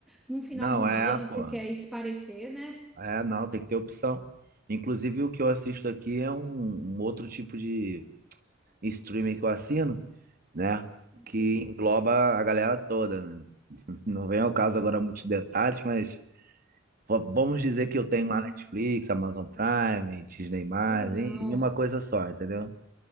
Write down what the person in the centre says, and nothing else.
no final
do
dia você
quer esparecer, né?
Enfim.
Ah,
legal,